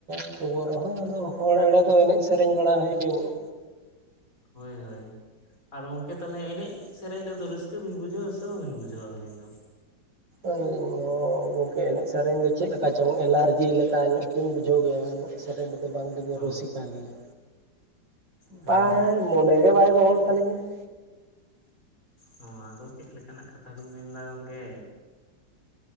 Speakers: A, on the right (about 85°); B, on the left (about 45°).
A: ᱟᱫᱚ ᱛᱩᱵᱚ ᱨᱮᱦᱚᱸ ᱟᱫᱚ ᱦᱚᱲ ᱮᱲᱮ ᱫᱚ ᱮᱱᱮᱡ ᱥᱮᱨᱮᱧ ᱵᱟᱲᱟ ᱦᱩᱭᱚᱜ ᱜᱮᱭᱟ᱾
B: ᱦᱳᱭ ᱦᱳᱭ᱾ ᱟᱨ ᱜᱚᱝᱠᱮ ᱛᱟᱦᱚᱞᱮ ᱮᱱᱮᱡ ᱥᱮᱨᱮᱧ ᱨᱮᱫᱚ ᱨᱟᱹᱥᱠᱟᱹ ᱵᱤᱱ ᱵᱩᱡᱷᱟᱹᱣᱟ ᱥᱮ ᱵᱟᱵᱤᱱ ᱵᱩᱡᱷᱟᱹᱣᱟ ᱟᱹᱵᱤᱱ ᱫᱚ?
A: ᱟᱹᱞᱤᱧ ᱦᱚᱸ ᱜᱚᱢᱠᱮ ᱮᱱᱮᱡ ᱥᱮᱨᱮᱧ ᱫᱚ ᱪᱮᱫ ᱞᱮᱠᱟ ᱪᱚᱝ ᱮᱞᱟᱨᱡᱤ ᱞᱮᱠᱟ ᱧᱚᱜ ᱞᱤᱧ ᱵᱩᱡᱷᱟᱹᱣ ᱜᱮᱭᱟ ᱩᱱᱟᱹᱜ᱾ ᱥᱮᱸᱨᱮᱧ ᱨᱮ ᱫᱚ ᱵᱟᱝᱞᱤᱧ
B: ᱚ
A: ᱨᱩᱥᱤᱠᱟ ᱜᱮᱭᱟ᱾
B: ᱢᱟᱱᱮ
A: ᱵᱟᱭ ᱢᱚᱱᱮ ᱜᱮ ᱵᱟᱭ ᱜᱚᱦᱚᱲ ᱛᱟᱞᱤᱧᱟ ᱾
B: ᱱᱚᱣᱟ ᱫᱚ ᱪᱮᱫ ᱞᱮᱠᱟ ᱱᱟᱜ ᱠᱟᱛᱷᱟ ᱵᱤᱱ ᱢᱮᱱᱫᱟ ᱜᱚᱢᱠᱮ᱾